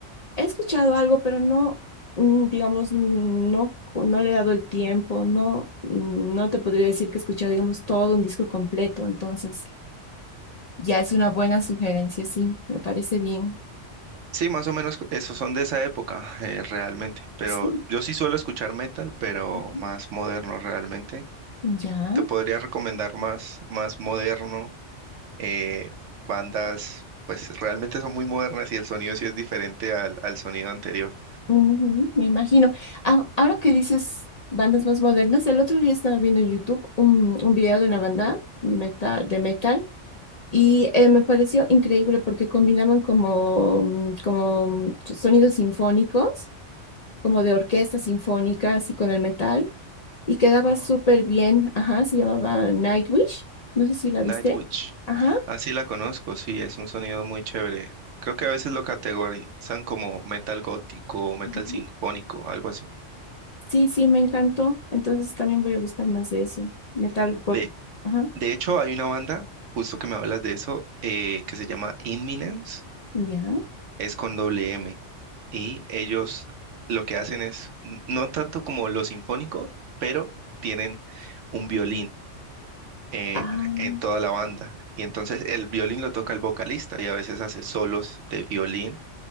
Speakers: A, on the left; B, on the right.
A: He escuchado algo, pero no, mm, digamos, no, no le he dado el tiempo. No, mm, no te podría decir que he escuchado, digamos, todo un disco completo. Entonces, ya es una buena sugerencia, sí. Me parece bien.
B: Sí, más o menos esos son de esa época, eh, realmente. Pero
A: Sí.
B: yo sí suelo escuchar metal, pero
A: Ujú.
B: más moderno realmente.
A: Ya.
B: Te podría recomendar más, más moderno, eh, bandas, pues realmente son muy modernas y el sonido sí es diferente al, al sonido anterior.
A: Ujú, me imagino. Ah, ahora que dices bandas más modernas, el otro día estaba viendo en YouTube un, un video de una banda metal, de metal y eh, me pareció increíble porque combinaban como, mm, como mm, sonidos sinfónicos, como de orquesta sinfónica, así con el metal, y quedaba
B: Ajá.
A: súper bien. Ajá, se llamaba Nightwish. No sé si la
B: Nightwish.
A: viste. Ajá,
B: Ah, sí la conozco, sí, es un sonido muy chévere. Creo que a veces lo categorizan como metal gótico o metal
A: Ujú.
B: sinfónico, algo así.
A: sí, sí, me encantó. Entonces también voy a buscar más de eso. Metal gótico.
B: De
A: Ajá,
B: De hecho, hay una banda, justo que me hablas de eso, eh, que se llama Inminence,
A: ya.
B: es con doble M, y ellos lo que hacen es, n- no tanto como lo sinfónico, pero tienen un violín en,
A: Ah,
B: en toda la banda, y entonces el violín lo toca el vocalista, y a veces hace solos de violín